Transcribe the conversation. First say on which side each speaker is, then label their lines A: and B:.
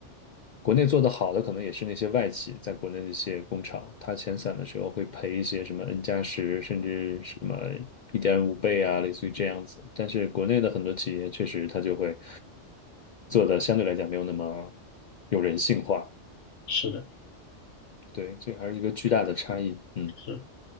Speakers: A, on the left; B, on the left.
A: 国内做得好的可能也是那些外企，在国内的一些工厂，它遣散的时候会赔一些什么 N 加十，甚至什么一点五倍啊，类似于这样子。但是国内的很多企业确实它就会做的相对来讲没有那么有人性化，
B: 是的，
A: 对，这还是一个巨大的差异。嗯。
B: 是。